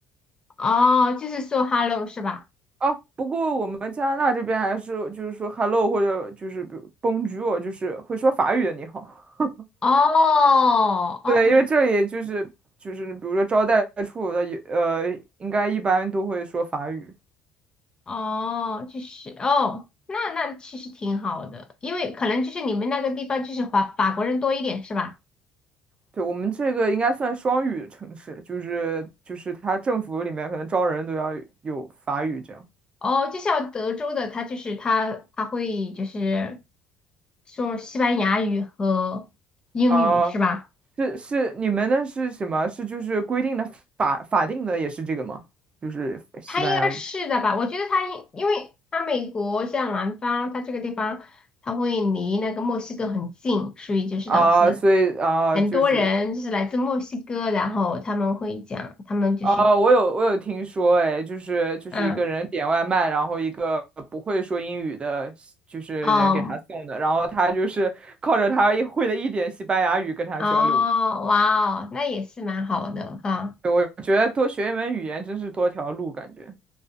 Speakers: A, on the left (about 25°); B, on the right (about 30°).
A: 哦，就是说 hello 是吧？
B: 啊，不过我们加拿大这边还是就是说 hello 或者就是比如 bonjour，就是会说法语的你好。<laughs>
A: 哦，哦，
B: 对，因为这里就是就是比如说招待处的也呃，
A: 你，
B: 应该一般都会说法语。
A: 哦，就是哦，那那其实挺好的，因为可能就是你们那个地方就是法法国人多一点是吧？
B: 对，我们这个应该算双语城市，就是就是它政府里面可能招人都要有法语这样
A: 哦，就像德州的，他就是他他会就是说西班牙语和英语是吧？
B: 啊。是是，你们那是什么？是就是规定的法法定的也是这个吗？就是西班牙语
A: 他应该是的吧？我觉得他应，因为他美国像南方，他这个地方，他会离那个墨西哥很近，所以就是导致
B: 啊，所以啊就是
A: 很多人就是来自墨西哥，然后他们会讲，他们就是
B: 啊，我有我有听说，哎，就是就是一个人点外卖，
A: 嗯
B: 然后一个不会说英语的，就是人给他送的，
A: 哦
B: 然后他就是靠着他一会的一点西班牙语跟他交流
A: 哦哇哦，那也是蛮好的哈。
B: 对，我觉得多学一门语言真是多条路，感觉。